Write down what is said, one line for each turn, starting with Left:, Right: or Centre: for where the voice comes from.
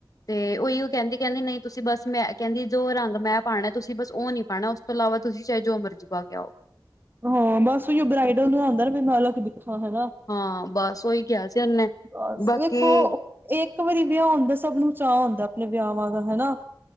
Left: ਤੇ ਉਹੀਓ ਕਹਿੰਦੀ ਕਹਿੰਦੀ ਨਈ ਤੁਸੀਂ ਬਸ ਮੈਂ ਕਹਿੰਦੀ ਜੋ ਰੰਗ ਮੈਂ ਪਾਉਣਾ ਤੁਸੀਂ ਬਸ ਉਹ ਨਹੀਂ ਪਾਉਣਾ ਉਸ ਤੋਂ ਇਲਾਵਾ ਤੁਸੀਂ ਚਾਹੇ ਜੋ ਮਰਜ਼ੀ ਪਾਕੇ ਆਉ।
Right: ਹਾਂ ਬਸ ਉ ਬਰਾਈਡਲ ਨੂੰ ਆਉਂਦਾ ਨਾ ਮੈਂ ਅੱ ਦੇਖਣਾ ਹੈਾ
Left: ਹਾਂ ਬਸ ਉਓਹੀ ਕਿਹਾ ਸੀ ਉਹਨੇ।
Right: ਬਸ
Left: ਬਾਕੀ
Right: ਵੇਖੋ ਇੱਕ ਵਾਰੀ ਵਿਆਹ ਹੁੰਦਾ ਸਭ ਨੂੰ ਚਾਅ ਹੁੰਦਾ ਆਪਣੇ ਵਿਆਹ ਵਾਂ ਦਾ ਹਨਾ।